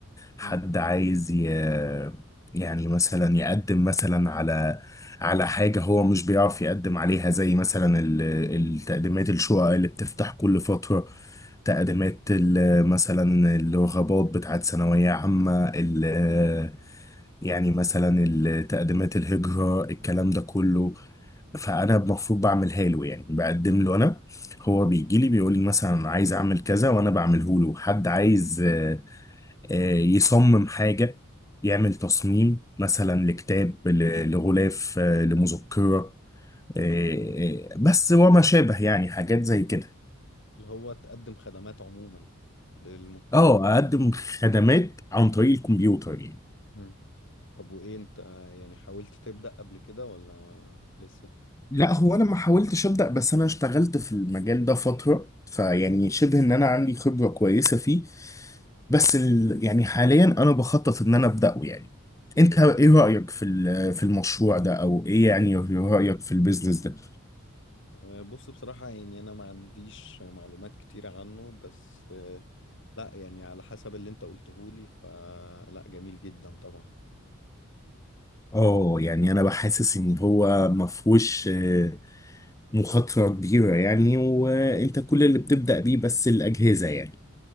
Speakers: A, on the left (about 60°); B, on the left (about 15°).
A: مم.
B: حد عايز ي- يعني مثلا يقدم مثلا على على حاجة هو مش بيعرف يقدم عليها زي مثلا ال- التقديمات الشقق اللي بتفتح كل فترة تقديمات ال- مثلا الرغبات بتاعت ثانوية عامة ال- يعني مثلا التقديمات الهجرة الكلام ده كله فأنا المفروض بعملها له يعني بقدم له أنا هو بيجي لي بيقول لي مثلا أنا عايز أعمل كذا وأنا بعمله له حد عايز آه، آه، يصمم حاجة يعمل تصميم مثلا لكتاب ل- لغلاف آه، لمذكرة آه، آه، بس وما شابه يعني حاجات زي كده
A: اللي هو تقدم خدمات عموما للمتطلب
B: اه اقدم خدمات عن طريق الكمبيوتر يعني
A: مم. طب وايه انت يعني حاولت تبدأ قبل كده ولا لسه
B: لا هو انا ما حاولتش ابدا بس انا اشتغلت في المجال ده فتره فيعني شبه ان انا عندي خبره كويسه فيه بس ال... يعني حاليا انا بخطط ان انا ابداه يعني انت ايه رايك في ال- في المشروع ده او ايه يعني رايك في البيزنس ده
A: آه، بص بصراحة يعني أنا ما عنديش معلومات كتيرة عنه بس آه، لا يعني على حسب اللي أنت قلتهولي فلا جميل جدا طبعا
B: اه يعني انا بحسس ان هو ما فيهوش آه، مخاطره كبيره يعني وانت كل اللي بتبدا بيه بس الاجهزه يعني